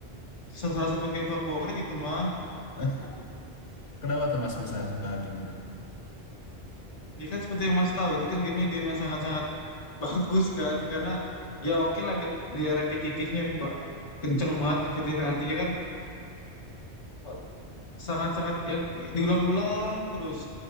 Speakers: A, on the left; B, on the left.
A: Sa- Salah satu game favorit itu mah.
B: <laughs> Kenapa tuh Mas bisa suka game itu?
A: Ya kan seperti yang Mas tahu, itu kan gamenya game yang sangat-sangat <laughs> bagus kan. Karena ya oke lah, dia dia repetitifnya ba- kenceng banget. Repetitif artinya kan eh, sangat-sangat yang diulang-ulang terus.